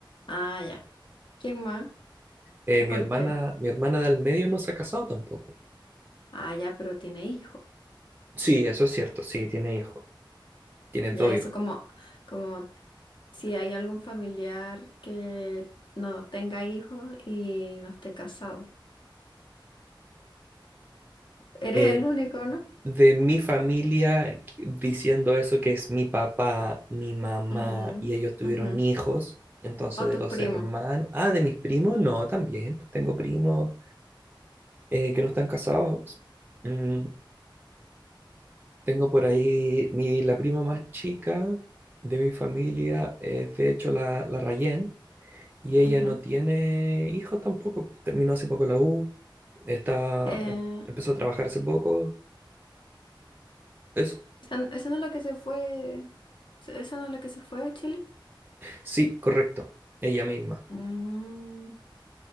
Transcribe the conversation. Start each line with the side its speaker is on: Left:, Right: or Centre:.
Left: Ah, ya. ¿Quién más?
Right: Eh, mi
Left: ¿Por
Right: hermana,
Left: qué?
Right: mi hermana del medio no se ha casado tampoco.
Left: Ah, ya, pero tiene hijo.
Right: Sí, eso es cierto. Sí, tiene hijos. Tiene
Left: Ya
Right: dos
Left: eso
Right: hijos.
Left: como, como si hay algún familiar que no tenga hijos y no esté casado. Eres
Right: Eh,
Left: el único, ¿no?
Right: de mi familia, qu- diciendo eso que es mi papá, mi mamá
Left: Ujú,
Right: y ellos tuvieron
Left: ujú.
Right: hijos. Entonces,
Left: O
Right: de
Left: tus
Right: los
Left: primos.
Right: hermanos. Ah, de mis primos, no, también. Pues tengo primos eh, que no están casados. Mm, Tengo por ahí mi, la prima más chica de mi familia, es de hecho la, la Rayen y ella
Left: Ujú.
Right: no tiene hijos tampoco. Terminó hace poco la U, está,
Left: Eh,
Right: em- empezó a trabajar hace poco. Eso.
Left: ¿Esa n- esa no es la que se fue? ¿se- ¿Esa no es la que se fue a Chile?
Right: Sí, correcto. Ella misma.
Left: Mm,